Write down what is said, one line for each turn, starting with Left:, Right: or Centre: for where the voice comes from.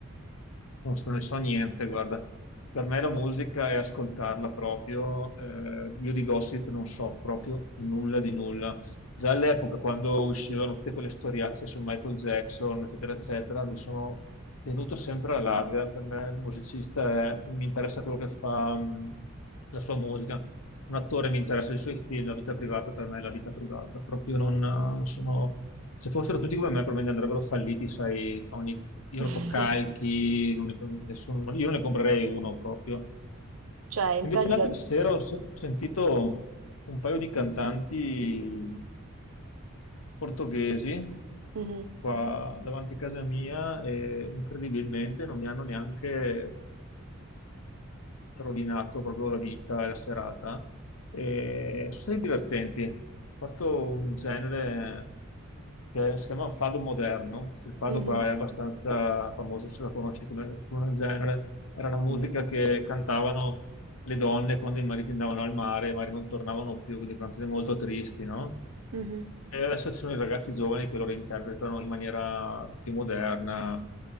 Left: Non so, ne so niente, guarda. Per me la musica è ascoltarla proprio. eh, io di gossip non so proprio nulla di nulla. Già all'epoca, quando uscivano tutte quelle storiazze su Michael Jackson, eccetera, eccetera, mi sono tenuto sempre alla larga. Per me il musicista è- mi interessa quello che fa, mh, la sua musica un attore mi interessa i suoi film, la vita privata per me è la vita privata, proprio non eh, sono... Se fossero tutti come me, probabilmente andrebbero falliti, sai, ogni irotocalchi,
Right: <laughs>
Left: non ne, nessuno, io non ne comprerei uno proprio.
Right: Cioè, in pratica...
Left: Invece l'altra sera ho, se- ho sentito un paio di cantanti portoghesi
Right: Mhm,
Left: qua davanti a casa mia e incredibilmente non mi hanno neanche rovinato proprio la vita e la serata. E sono stati divertenti. Ho fatto un genere che si chiama fado moderno. Il fado
Right: mhm,
Left: qua è abbastanza famoso, se lo conosci come, come genere. Era una musica
Right: mm,
Left: che cantavano le donne quando i mariti andavano al mare, i mariti non tornavano più, quindi canzoni molto tristi, no?
Right: mhm,
Left: E adesso ci sono i ragazzi giovani che lo reinterpretano in maniera più moderna,